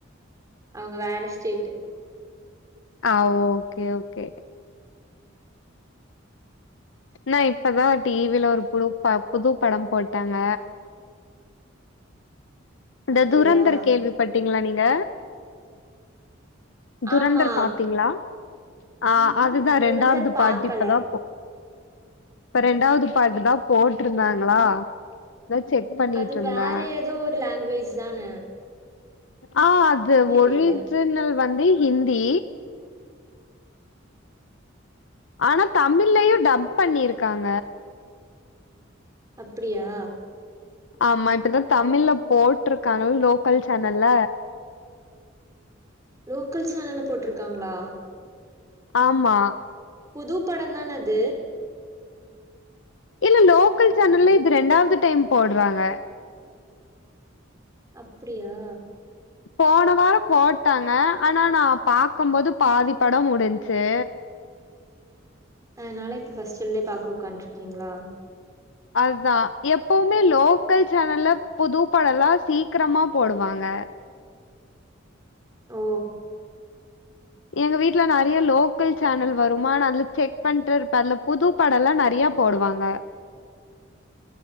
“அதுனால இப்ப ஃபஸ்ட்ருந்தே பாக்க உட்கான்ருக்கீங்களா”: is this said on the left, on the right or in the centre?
Right